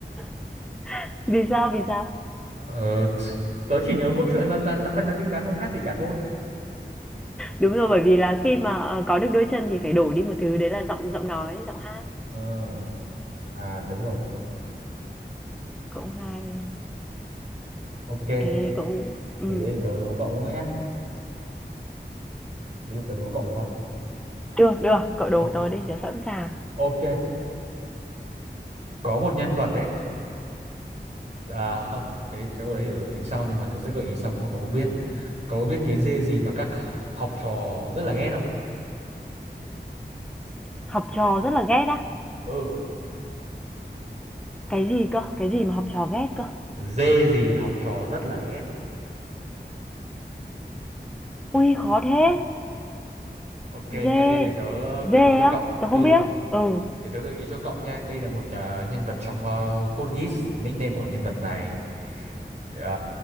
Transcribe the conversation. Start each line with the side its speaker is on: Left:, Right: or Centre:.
Centre: <laughs> Vì sao, vì sao?
Right: Ờ, t- tớ chỉ nhớ cốt truyện là là là Khăn Năng tin Cá không hát gì cả thôi
Centre: Đúng rồi, bởi vì là khi mà, ờ, có được đôi chân thì phải đổi đi một thứ, đấy là giọng giọng nói, giọng hát.
Right: Ờ, à đúng rồi đúng rồi
Centre: Cũng hay.
Right: ok
Centre: Ê, cũng Ừm.
Right: thế để tớ đố cậu nữa nhá đấy là tớ đố cậu được không
Centre: Được, được, cậu đố
Right: O-
Centre: tớ đi, tớ sẵn sàng.
Right: ok có một nhân vật đấy à không cái cái câu đấy để tính sau nhưng mà tớ sẽ gợi ý sau nếu mà cậu không biết cậu có biết cái dê gì mà các học trò rất là ghét không
Centre: Học trò rất là ghét á.
Right: ừ
Centre: Cái gì cơ? Cái gì mà học trò ghét cơ?
Right: dê gì học trò rất là ghét
Centre: Ui, khó thế.
Right: ok
Centre: Dê,
Right: nha thế thì tớ gợi
Centre: dê
Right: ý cho
Centre: á,
Right: cậu
Centre: tớ
Right: ừ
Centre: không biết. Ừ,
Right: Để tớ gợi ý cho cậu nha, đây là một ờ, nhân vật trong uh, Code Geass, nickname của nhân vật này. Ờ,